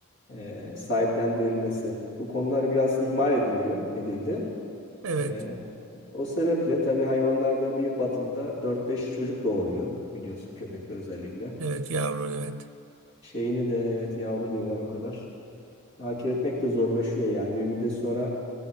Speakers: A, on the left; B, on the right.
A: e, sahiplendirilmesi. Bu konular biraz ihmal ediliyor, edildi.
B: Evet.
A: E, o sebeple tabii hayvanlarda bir batında dört beş çocuk doğuruyor biliyorsun köpekler özellikle.
B: Evet yavrum evet.
A: Şeyini de evet yavruluyorlar o kadar. Takip etmek de zorlaşıyor yani. Bir müddet sonra